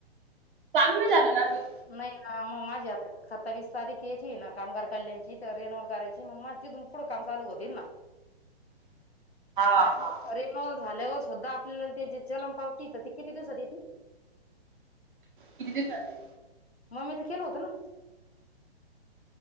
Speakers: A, on the right; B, on the left.
A: चालू नाही झालं ना अजून.
B: नाही आ मग माझी आ सत्तावीस तारीख यायची ना कामगार कल्याणची तर रेनवल करायची मग माझ तिथून पुढं काम चालू होतील ना.
A: <inaudible>
B: आणि
A: हा
B: रेनॉल झाल्यावर स्वता आपल्याला ते जे चलग पावती त ती किती दिवसात येती.
A: किती दिवसात येती.
B: मम्मीचं केलं होतं ना.